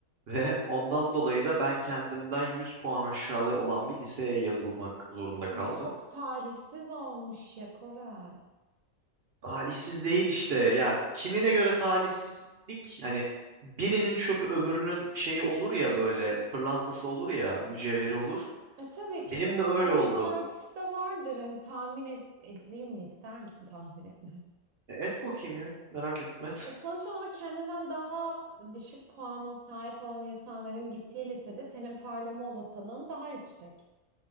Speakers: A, on the right; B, on the right.
A: Ve ondan dolayı da ben kendimden 100 puan aşağıda olan bir liseye yazılmak zorunda
B: Ya
A: kaldım.
B: çok talihsiz olmuş ya Koray.
A: Talihsiz değil işte. Ya kimine göre talihsizlik? Hani birinin çöpü öbürünün şeyi olur ya böyle pırlantası olur ya mücevheri olur.
B: E tabii ki
A: Benim
B: de.
A: de öyle
B: Belli
A: oldu.
B: bir artısı da vardır. Hani tahmin ed- edeyim mi? ister misin tahmin etme?
A: E, et bakayım ya merak ettim et.
B: E, sonuç olarak kendinden daha düşük puana sahip olan insanların gittiği lisede senin parlama olasılığın daha yüksek.